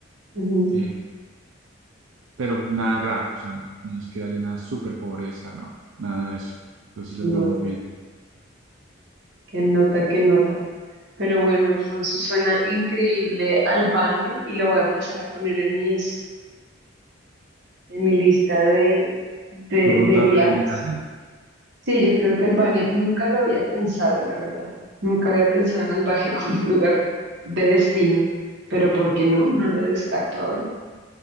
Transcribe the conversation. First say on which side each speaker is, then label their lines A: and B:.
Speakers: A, on the right; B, on the right.
A: Ujú,
B: eh, pero nada grave, o sea, no, no es que haya una super pobreza, no, nada de eso. Entonces
A: Qué
B: les
A: no-
B: vamos bien.
A: qué nota, qué nota. Pero bueno, Alfonso, suena increíble Albania y lo voy a empezar a poner en mis, en mi lista de, de,
B: ¿Tu ruta
A: de viajes.
B: de de viaje?
A: Sí, yo creo que Albania nunca lo había pensado, la verdad. Nunca había pensado en Albania <laughs> como un lugar de destino. Pero ¿por qué no? No lo descarto ahora.